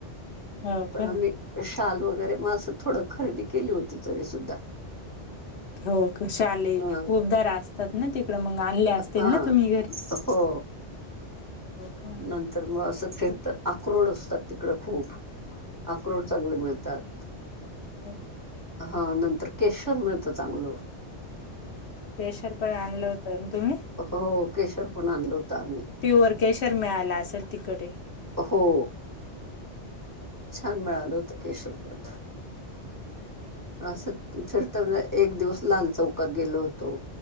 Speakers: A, on the left (about 65°); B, on the right (about 20°).
A: हो
B: पण
A: का
B: आम्ही शाल वगैरे मग असं थोडं खरेदी केली होती तरी सुद्धा.
A: हो शाली
B: ह
A: उबदार असतात ना ती इकड मंग आणले असतील
B: हा
A: ना तुम्ही घरी?
B: हो
A: का हो
B: नंतर मग असं फिरतात आक्रोड असतात तिकडं खूप. आक्रोड चांगले मिळतात.
A: हो.
B: हा नंतर केशर मिळतं चांगल.
A: केशर पण आणलं होत ना तुम्ही?
B: हो. केशर पण आणल होत आम्ही.
A: प्युअर केशर मिळाल असेल तिकडे.
B: हो. छान मिेळाल होत केशर पण.
A: <inaudible>
B: असंच <unintelligible> एक दिवस लाल चौकात गेलो होतो.